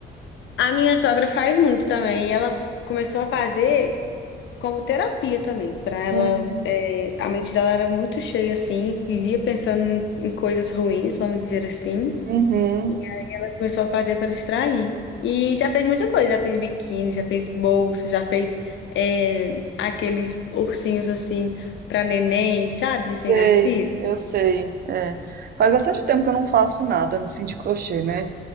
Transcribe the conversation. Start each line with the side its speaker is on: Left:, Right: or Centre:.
Left: a minha sogra faz muito também. E ela começou a fazer. como terapia também, para ela,
Right: Hum,
Left: é, a mente dela era muito cheia assim, vivia pensando em, em coisas ruins, vamos dizer assim,
Right: uhum.
Left: e ela começou a fazer para distrair. E já fez muita coisa, já fez biquíni, já fez bolsa, já fez é, aqueles ursinhos assim para neném, sabe, recém-nascido.
Right: Sei, eu sei. É. Faz bastante tempo que eu não faço nada né, assim de crochê, né?